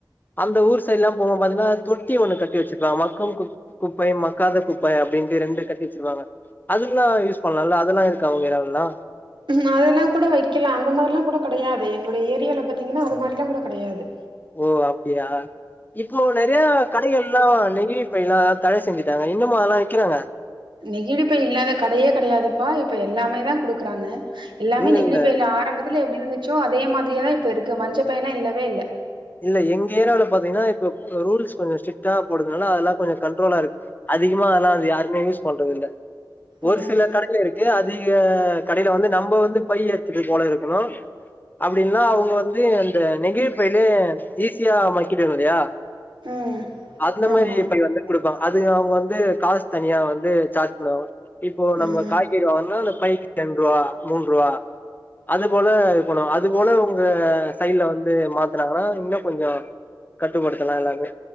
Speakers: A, on the left (about 25°); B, on the right (about 80°).
A: அந்த ஊர் சைடுல்லா போவ் போது பாத்திங்ன்னா தொட்டி ஒன்னு கட்டி வச்சிருப்பாங்க மக்கும் குப் குப்பை மக்காத குப்பை அப்புடின்ட்டு ரெண்டு கட் டி வச்சிருவாங்க அதுக்கெல்லா யூஸ் பண்லா இல்ல அதெல்லா இருக்கா உங்க ஏரியவ்ல்லா
B: ம் அதெல்லா கூட வைக்கலா அந்த மாதிரிலா கூட கெடயாது எங்களுடைய ஏரியாவில பாத்தீங்கன்னா அது மாதிரிலா கூட கெடயாது
A: ஓ அப்பிடியா இப்போ நெறய கடைகள்லா நெகிழி பைல்லா தடை செஞ்சுடாங்க இன்னுமா அதல்லா விக்குறாங்க
B: நெகிழி பை இல்லாத கடையே கேடயாதுப்பா இப்ப எல்லாமே தா குடுக்குறாங்க எல்லாமே
A: இல்ல
B: நெகிழிப்பைல்ல
A: இல்ல
B: ஆரம்பத்துல எப்டி இருச்சோ அதே மாதிரியே தா இப்ப இருக்கு மஞ்ச பையெல்லா இல்லவே இல்ல
A: இல்ல எங்க ஏரியாவுல பாத்தீங்கன்னா இப்ப ரூல்ஸ் கொஞ்சோ ஸ்ட்டா போடுதுனால அதெல்லா கொஞ்சோ கண்ட்ரோலா இருக்கு அதிகமா அதெல்லா அது யாருமே யூஸ் பண்றது இல்ல ஒரு
B: ம்
A: சில கடயில இருக்கு அதிக கடயில வந்து நம்ம வந்து பை எத்துட்டு போல இருக்குணு அப்டின்னா அவுங்க வந்து அந்த நெகிழ் பை இதுலே ஈஸியா மக்கிட்டு இல்லியா
B: ம்
A: அந்த மேரி
B: ஆமா
A: பை வந்து குடுப்பாங்க அது அவுங்க வந்து காஸ் தனியா வந்து சார்ஜ் பண்ணுவாங்க இப்போ
B: ம்
A: நம்ம காய் காய்கறி வாங்குன்னா அந்த பைக்கு ரெண்டு ரூவா மூன் ரூவா அது போல இது பண்ணுவாங்க அது போல உங்க சைட்ல வந்து மாத் துனாங்கனா இன்னு கொஞ்சோ கட்டுப்படுத்தலா எல்லாமே